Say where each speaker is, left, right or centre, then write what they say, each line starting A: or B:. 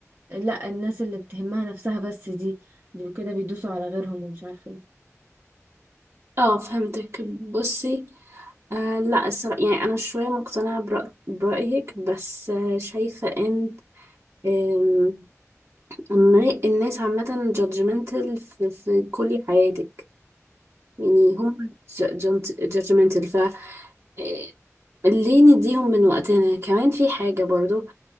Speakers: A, on the right; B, on the right.
A: لا الناس اللي بتهمها نفسها بس دي دول كده بيدوسوا على غيرهم ومش عارفة ايه
B: اه فهمتك بصي آه لا الصراحة يعني انا شوية مقتنعة برأ- برأيك بس آه شايفة ان آم، إن الناس عامة judgmental في, في كل حياتك يعني هم جادجمنتال ف إيه، ليه نديهم من وقتنا كمان في حاجة برضو